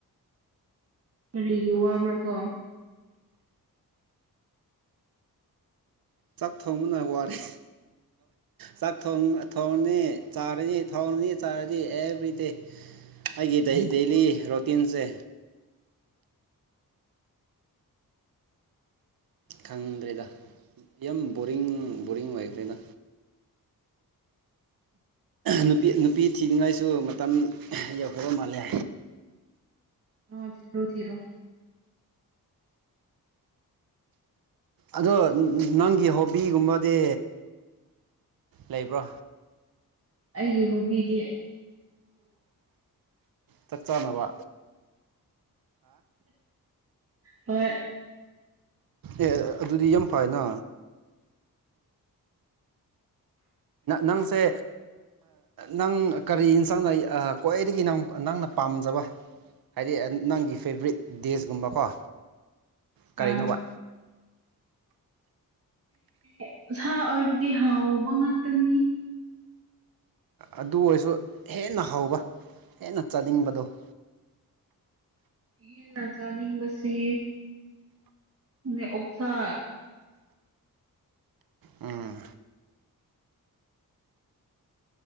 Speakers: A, on the right; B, on the right.
A: ꯀꯔꯤꯒꯤ ꯋꯥꯕ꯭ꯔꯥ ꯀꯣ
B: ꯆꯥꯛ ꯊꯣꯡꯕꯅ ꯋꯥꯔꯤ ꯆꯥꯛ ꯊꯣꯡꯅꯤ ꯆꯥꯔꯅꯤ ꯊꯣꯡꯅꯤ ꯆꯥꯔꯅꯤ ꯑꯦꯕ꯭ꯔꯤꯗꯦ ꯑꯩꯒꯤ ꯗꯦꯂꯤ ꯔꯣꯇꯤꯟꯁꯦ ꯈꯪꯗ꯭ꯔꯦꯗ ꯌꯥꯝ ꯕꯣꯔꯤꯡ ꯕꯣꯔꯤꯡ ꯑꯣꯏꯈ꯭ꯔꯦꯗ ꯅꯨꯄꯤ ꯅꯨꯄꯤ ꯊꯤꯅꯤꯡꯉꯥꯏꯁꯨ ꯃꯇꯝ ꯌꯧꯍꯧꯕ ꯃꯥꯜꯂꯦ
A: ꯑꯥ ꯊꯤꯔꯣ ꯊꯤꯔꯣ
B: ꯑꯗꯣ ꯅꯪꯒꯤ ꯍꯣꯕꯤꯒꯨꯝꯕꯗꯤ ꯂꯩꯕ꯭ꯔꯣ
A: ꯑꯩꯒꯤ ꯍꯨꯕꯤꯗꯤ
B: ꯆꯠꯆꯥꯥ ꯅꯕ
A: ꯍꯣꯏ
B: ꯑꯦ ꯑꯗꯨꯗꯤ ꯌꯥꯝ ꯐꯥꯏꯅ ꯅꯪꯁꯦ ꯅꯪ ꯀꯔꯤ ꯏꯟꯁꯥꯡꯅ ꯈ꯭ꯋꯥꯏꯗꯒꯤ ꯅꯪ ꯅꯪꯅ ꯄꯥꯝꯖꯕ ꯍꯥꯏꯗꯤ ꯅꯪꯒꯤ ꯐꯦꯕꯣꯔꯔꯤꯠ ꯗꯦꯁꯀꯨꯝꯕꯀꯣ ꯀꯔꯤꯅꯣꯕ
A: ꯑꯥ ꯑꯦ ꯁꯥ ꯑꯣꯏꯔꯗꯤ ꯍꯥꯎꯕ ꯉꯥꯛꯇꯅꯤ
B: ꯑꯗꯨ ꯑꯣꯏꯔꯁꯨ ꯍꯦꯟꯅ ꯍꯧꯕ ꯍꯦꯟꯅ ꯆꯥꯅꯤꯡꯕꯗꯣ <inaudible>
A: ꯍꯦꯟꯅ ꯆꯥꯅꯤꯡꯕꯕꯁꯤ ꯑ ꯑꯣꯛꯁꯥ
B: ꯎꯝ